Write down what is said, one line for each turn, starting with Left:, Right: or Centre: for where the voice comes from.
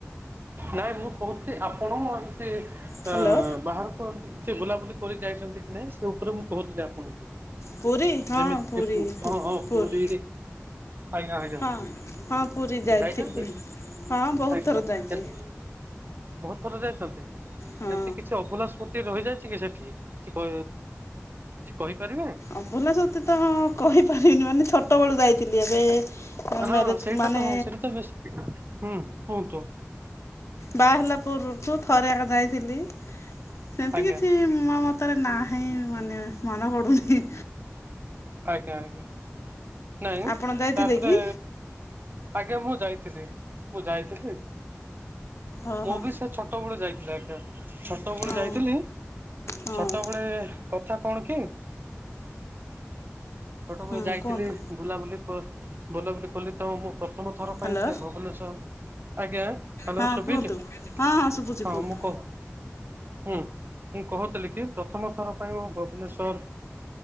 Right: ନାଇଁ ମୁଁ କହୁଛି ଆପଣ ମୁଁ ଏମିତି ଅ
Left: ହ୍ୟାଲୋ
Right: ବାହାର କୁ କିଛି ବୁଲାବୁଲି କରି ଯାଇଛନ୍ତି କି ନାହିଁ, ସେ ଉପରେ ମୁଁ କହୁଥିଲି ଆପଣଙ୍କୁ।
Left: ପୁରୀ ହଁ
Right: ଯେମିତିକି
Left: ପୁରୀ
Right: <unintelligible> ହଁ ହୋଉ
Left: ପୁରୀ
Right: ପୁରୀରେ ଆଜ୍ଞା ଆଜ୍ଞା
Left: ହଁ ହଁ ପୁରୀ ଯାଇଥିଲି
Right: ଯାଇଛନ୍ତି
Left: ହଁ ବହୁତ
Right: ଆଜ୍ଞା
Left: ଥର ଯାଇଛି
Right: କେ ବହୁତ ଥର ଯାଇଛନ୍ତି,
Left: ହଁ
Right: ଏମତି କିଛି ଅଭୁଲା ସ ମୁତି ରହିଯାଇଛି କି ସେଠି। କ କିଛି କହିପାରିବେ?
Left: ଅଭୂଲା ସ୍ମୃତି ତ କହିପାରିବିନି ମାନେ ଛୋଟ ବେଳୁ ଯାଇଥିଲି। ଏବେ ମ୍ୟାରେଜ୍
Right: ହଁ ସେଇଟା
Left: ମାନେ
Right: ତ ହଁ ସେଇଟା ତ ବେଶ ହୁଁ କୁହନ୍ତୁ।
Left: ବାହା ହେଲା ପୂର୍ବରୁ ଥରେ ଆକ ଯାଇଥିଲି ସେମିତି
Right: ଆଜ୍ଞା
Left: କିଛି ମ ତାରେ ନାହିଁ ମାନେ ମନେ ପଡୁନି।
Right: ଆଜ୍ଞା ଆଜ୍ଞା ନାଇଁ
Left: ଆପଣ ଯାଇଥିଲେ
Right: ତାପରେ
Left: କି
Right: ଆଜ୍ଞା ମୁଁ ଯାଇଥିଲି ମୁଁ ଯାଇଥିଲି
Left: ଓହୋ
Right: ମୁଁ ବି ସେ ଛୋ ଟ ବେଳୁ ଯାଇଥିଲି ଆଜ୍ଞା ଛୋଟ ବେଳୁ
Left: ହଁ
Right: ଯାଇଥିଲି।
Left: ହଁ
Right: ଛୋଟବେଳେ କଥା କଣ କି ଛୋଟବେଳେ
Left: ହଁ
Right: ଯାଇଥିଲି
Left: କୁହନ୍ତୁ
Right: ବୁଲାବୁଲି କ ବୁଲାବୁଲି କଲି ତ ମୁଁ ପ୍ରଥମଥର
Left: ହ୍ୟାଲୋ
Right: ପାଇଁ ସେ ଭୁବନେଶ୍ୱର ଆଜ୍ଞା। ହ୍ୟାଲୋ
Left: ହଁ
Right: ସୁଭିଚି
Left: କୁହନ୍ତୁ ହଁ ଶୁଭୁଛି
Right: ହଁ
Left: କୁହନ୍ତୁ
Right: ମୁଁ କହୁ ହୁଁ ମୁଁ କହୁଥିଲି କି ପ୍ରଥମ ଥର ପାଇଁ ମୁଁ ଭୁବନେଶ୍ୱର